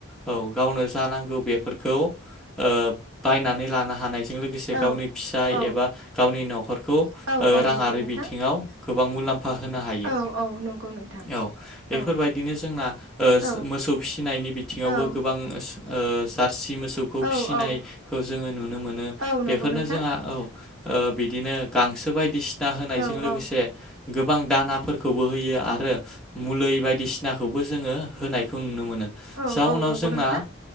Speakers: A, in the centre; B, on the right.
A: औ गावनो जानांगौ बेफोरखौ ओ बायनानै लानो हानायजों लोगोसे
B: औ
A: गावनि फिसा
B: औ
A: एबा गावनि न'खरखौ ओ
B: औ औ
A: राङारि
B: नंगौ नोंथां
A: बिथिङाव गोबां मुलामफा होनो हायो
B: औ औ नंगौ नोंथां
A: औ
B: औ
A: बेफोरबायदिनो जोंना ओ
B: औ
A: मोसौ फिसिनायनि बिथिङावबो
B: औ
A: गोबां ओ जाद सि मोसौखौ
B: औ
A: फिसिनायखौ
B: औ
A: जोङो नुनो मोनो
B: औ नंगौ
A: बेफोरनो
B: नोंथां
A: जोंहा औ ओ बिदिनो गांसो बायदिसि ना होनायजों
B: औ औ
A: लोगोसे
B: औ
A: गोबां दानाफोरखौबो होयो आरो
B: औ
A: मुलै बायदिसिनाखौबो जोङो होनायखौ नुनो मोनो
B: औ
A: जाउनाव
B: नंगौ
A: जोंना
B: नोंथां औ नंगौ नोंथां